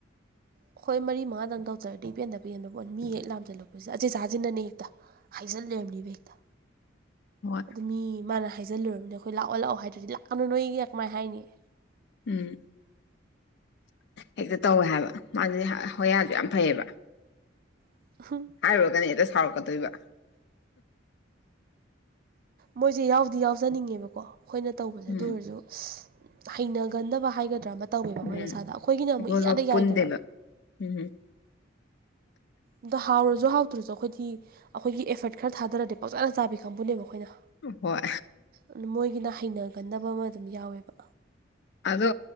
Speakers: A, on the right; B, on the left.
A: ꯍꯣꯏ ꯃꯔꯤ ꯃꯉꯥꯗꯪ ꯇꯧꯖꯔꯗꯤ ꯄꯦꯟꯗꯕ ꯄꯦꯟꯕ ꯄꯣꯠ ꯃꯤ ꯍꯦꯛ ꯂꯥꯝꯁꯤꯜꯂꯨꯄꯁꯤꯗ ꯑꯆꯦ ꯆꯥꯁꯤꯟꯅꯅꯦ ꯍꯦꯛꯇ ꯍꯥꯏꯖꯤꯜꯂꯕꯅꯤ ꯕꯦꯛꯇ
B: ꯍꯣꯏ
A: ꯑꯗꯨ ꯃꯤ ꯃꯥꯅ ꯍꯥꯏꯖꯤꯜꯂꯨꯔꯕꯅꯤ ꯑꯩꯈꯣꯏ ꯂꯥꯛ ꯑꯣꯜꯂꯛꯑꯣ ꯍꯥꯏꯔꯗꯤ ꯂꯥꯛꯅ ꯅꯣꯏꯒꯤ ꯀꯃꯥꯏꯅ ꯍꯥꯏꯅꯤꯌꯦ
B: ꯎꯝ ꯍꯦꯛꯇ ꯇꯧꯋꯦ ꯍꯥꯏꯕ ꯃꯥꯗꯤ ꯍꯣꯌꯥꯗꯨ ꯌꯥꯝ ꯐꯩꯌꯦꯕ
A: ꯍꯨ
B: ꯍꯥꯏꯔꯨꯔꯒꯅꯤ ꯍꯦꯛꯇ ꯁꯥꯎꯔꯛꯀꯗꯣꯏꯕ
A: ꯃꯣꯏꯁꯦ ꯌꯥꯎꯗꯤ ꯌꯥꯎꯖꯅꯤꯡꯉꯦꯕꯀꯣ ꯑꯩꯈꯣꯏꯅ ꯇꯧꯕꯁꯦ
B: ꯎꯝ
A: ꯑꯗꯨ ꯑꯣꯏꯔꯁꯨ ꯍꯩꯅꯒꯟꯗꯕ ꯍꯥꯏꯒꯗ꯭ꯔꯥ ꯇꯧꯋꯦꯕ
B: ꯎꯝ
A: ꯃꯈꯣꯏ ꯃꯁꯥꯗ ꯑꯩꯈꯣꯏꯒꯤꯅ ꯑꯃꯨꯛ
B: ꯑꯩꯈꯣꯏꯒ
A: ꯌꯥꯗ ꯌꯥꯏꯗꯅ
B: ꯄꯨꯟꯗꯦꯕ ꯎꯝ <unintelligible>
A: ꯑꯗ ꯍꯥꯎꯔꯁꯨ ꯍꯥꯎꯇ꯭ꯔꯁꯨ ꯑꯩꯈꯣꯏꯗꯤ ꯑꯩꯈꯣꯏꯒꯤ ꯑꯦꯐꯔꯠ ꯈꯔ ꯊꯥꯗꯔꯗꯤꯦ ꯄꯥꯎꯖꯥꯅ ꯆꯥꯕꯤ ꯈꯪꯕꯨꯅꯦꯕ ꯑꯩꯈꯣꯏꯅ
B: ꯍꯣꯏ
A: ꯑꯗꯨ ꯃꯣꯏꯒꯤꯅ ꯍꯩꯅꯒꯟꯕ ꯑꯃ ꯑꯗꯨꯝ ꯌꯥꯎꯋꯦꯕ
B: ꯑꯗꯣ